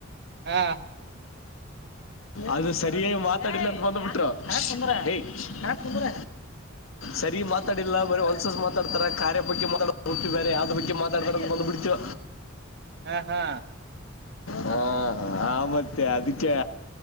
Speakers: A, on the right (about 55°); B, on the left (about 80°).
A: ಹಾ
B: ಅದು ಸರಿಯಾಗಿ ಮಾತಾಡಿಲಕ್ಕೆ ಬಂದ್ಬಿಟ್ರು ಹಾ ತುಂದ್ರ ಹಾ ಕುು್ರ ಸರಿ ಮಾತಾಡಿಲ್ಲ ಬರ ಹೊಲ್ಸಸ ಮಾತಾಡ್ತಾರೆ ಕಾರ್ಯ ಬಗ್ಗೆ ಮಾತಾಡವಿ ಬೇ ಯಾವದ ಬಗ್ಗೆ ಮಾತಾಡ್ತಾಡಕ್ ಬಂದ್ ಬಿಡ್ತೀವ
A: ಹ ಹಾ
B: ಹಾ ಆ ಮತ್ತೆ ಅದಕ್ಕೆ